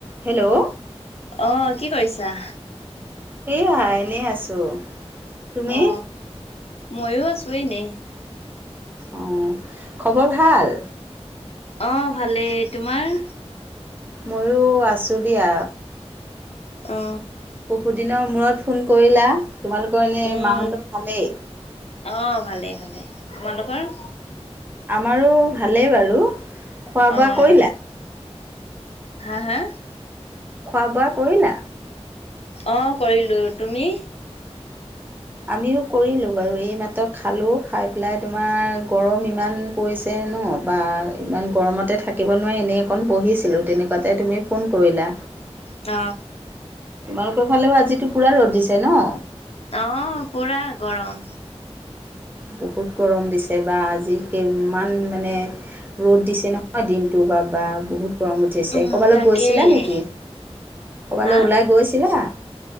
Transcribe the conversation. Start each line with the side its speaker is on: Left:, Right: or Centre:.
Right: Hello.
Left: অহ কি কৰিছা?
Right: সেইয়া এনেই আছোঁ। তুমি
Left: অ ময়ো আছোঁ এনেই।
Right: অ খবৰ ভাল?
Left: অ ভালেই তোমাৰ?
Right: ময়ো আছোঁ দিয়া।
Left: অ
Right: বহুদিনৰ মূৰত ফোন কৰিলা। তোমালোকৰ এনে
Left: উম,
Right: মাহতৰ ভালেই?
Left: অ', ভালে ভালে তোমালোকৰ?
Right: আমাৰো ভালেই বাৰু খোৱা
Left: অ'।
Right: বোৱা কৰিলা?
Left: হা হা।
Right: খোৱা বোৱা কৰিলা?
Left: অ কৰিলোঁ তুমি।
Right: আমিও কৰিলোঁ বাৰু এই মাত্ৰ খালোঁ খাই পেলাই তোমাৰ গৰম ইমান পৰিছে। ন বা ইমান গৰমতে থাকিব নোৱাৰে এনেই অকণ বহিছিলোঁ। তেনেকোৱাতে তুমি ফোন কৰিলা।
Left: অ।
Right: তোমালোকৰ ফালেও আজিতো পুৰা ৰ'দ দিছে ন?
Left: অ পুৰা গৰম।
Right: বহুত গৰম দিছে বা আজি ইমান মানে ৰ'দ দিছে নহয় দিনটো। বা বা বহুত। গৰম উঠিছে
Left: উম,
Right: ক'ৰবালৈ
Left: তাকেহে।
Right: গৈছিলা নেকি? ক'ৰবালৈ
Left: হা
Right: ওলাই গৈছিলা?